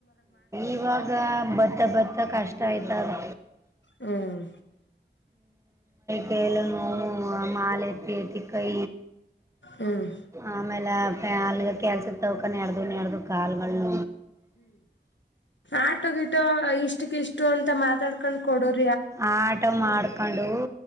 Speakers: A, on the right; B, on the left.
A: ಇವಾಗ ಭತ್ತ ಬತ್ತ ಕಷ್ಟ ಆಯ್ತದ
B: ಹ್ಮ್
A: ಕೇೇಳ ನೋವು ಮಾಲೆೆ ಟ ಕೈ
B: ಹ್ಮ್
A: ಆಮೇಲೆಲ್ಗ ಕೆಲ್ಸ ಪಪ್ಪನ್ನ ಎರಡು ನೆರದು ಕಾಲುಗಳೆ
B: ಆಟ ಗಿಟೋ ಇಷ್ಟಕ್ಕ ಇಷ್ಟು ಅಂತ ಮಾತಾಡ್ಕೊಂಡ್ ಕೊಡೋದು
A: ಆಟೋ ಮಾಡ್ಕೊಂಡು